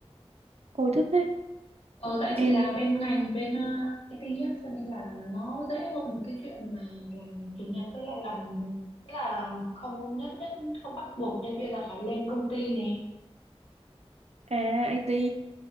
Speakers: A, on the right; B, on the left.
A: Ôi thích đấy.
B: ờ tại chị
A: Em
B: làm bên ngành bên ờ, IT á cho nên là nó dễ hơn cái chuyện mà làm chủ nhật với lại làm tức là không nhất nhất không bắt buộc nhân viên là phải lên công ty nè
A: à IT,